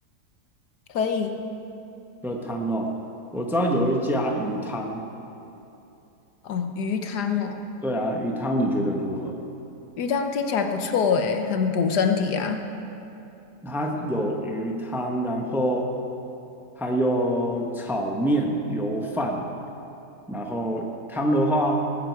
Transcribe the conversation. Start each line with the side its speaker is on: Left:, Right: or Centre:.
Left: 可以。
Centre: 喝汤哦，我知道有一家鱼汤，
Left: 哦，鱼汤哦，
Centre: 对啊，鱼汤你觉得如何？
Left: 鱼汤听起来不错诶，很补身体啊，
Centre: 它有鱼汤，然后还有炒面、油饭，然后汤的话，